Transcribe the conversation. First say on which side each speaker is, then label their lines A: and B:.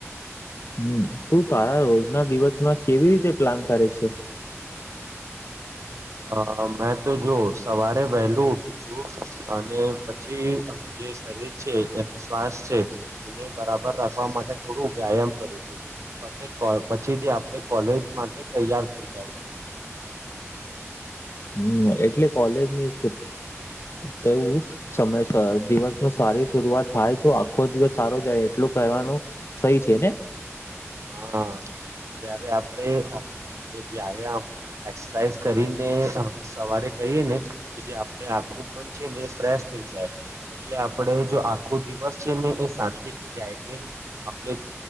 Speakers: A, on the left (about 55°); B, on the right (about 75°).
A: હમ તું તારા રોજના દિવસમાં કેવી રીતે પ્લાન કરે છે
B: હ મેં તો જોશ સવારે વહેલું ઉઠું છું અને પછી જે શરીર છે શ્વાસ છે એને બરાબર રાખવા માટે થોડું વ્યાયામ કરું છું બ પછી જે આપડે કોલેજ માટે તૈયાર થઇ જાઉ છું
A: હમ એટલે કોલેજ ની તોવું સમય દિવસ ન સારી શરઆત થાય તો આખો દિવસ સારો જાય એટલું કહેવાનું સહી છે ને
B: હા જયારે આપડે જે વ્યાયામ એક્સરસાઇઝ કરીને સવારે કરીએ ને તો જે આપે આું પહોંચીએ ને એ ફ્રેશ થઈ જાય એટલે આપડે જો આખો દિવસ છે ને એ શાંતિ થી જાય એમ આપણે